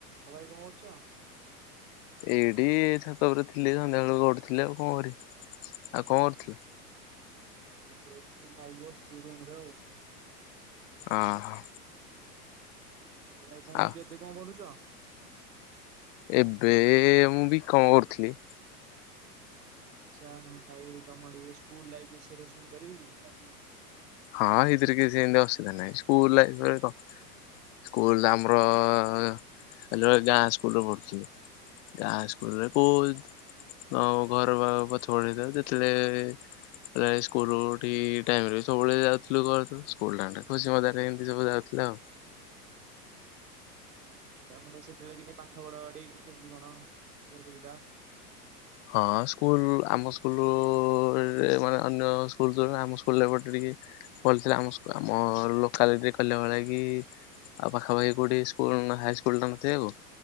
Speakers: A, on the right; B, on the left.
A: ଆଉ ଭାଇ କଣ କରୁଚ?
B: ଏଇଠି ଛାତ ଉପରେ ଥିଲି ସନ୍ଧ୍ୟାବେଳୁ ଗଡୁଥିଲି ଆଉ କଣ କରିବି ଆଉ କଣ କରୁଥିଲ?
A: ହ ବେଡ଼ି ଖାଇ ବସିଚି ରୁମ୍ ରେ ଆଉ।
B: ଅ ହଁ।
A: ହଉ ଭାଇ କଣ
B: ଆଉ
A: ଏବେ ଏବେ କଣ ପଢ଼ୁଛ?
B: ଏବେ ମୁଁ ବିକମ୍ କରୁଥିଲି।
A: ଯାହା ହଉ ଭାଇ ତମର ଏ ସ୍କୁଲ୍ ଲାଇଫ୍ ବିଷୟରେ ଶୁଣି ପାରିବି କି?
B: ହଁ ଏଥିରେ କିଛି ଏମିତି ଅସୁବିଧା ନାହିଁ ସ୍କୁଲ ଲାଇଫ୍ ରେ କଣ ସ୍କୁଲ ଆମ ହଁ ଗାଁ ସ୍କୁଲରେ ପଢ଼ୁଥିଲୁ ଗାଁ ସ୍କୁ <unintelligible> ହଁ ଘର ବା ପଛ ପଟରେ ଯେତେବେଳେ ସ୍କୁଲ ଠିକ୍ ଟାଇମ ରେ। ସବୁବେଳେ ଯାଉଥିଲୁ ତୁ ସ୍କୁଲ ଟା ଖୁସି ମଜାରେ ଏମିତି ସବୁ ଯାଉଥିଲୁ ଆଉ।
A: ତାମାନେ ସେତେବେଳେ କିଁତି ପାଠ ପଢା ପଢି କେମିତି କଣ ସ୍କୁଲ ସୁବିଧା?
B: ହଁ ସ୍କୁଲ ଆମ ସ୍କୁଲ ଉରେ ମାନେ ଅନ୍ୟ ସ୍କୁଲ ଆମ ସ୍କୁଲ୍ ରେ ଟିକେ ଭଲ ଥିଲା ଆମ ଆମ ଲୋକାଲିଟିରେ କହିଲା ଭଳିଆ କି ଆଉ ପାଖାପାଖି କୋଉଠି ସ୍କୁଲ ହାଇ ସ୍କୁଲ ଟେ ନଥିବାକୁ।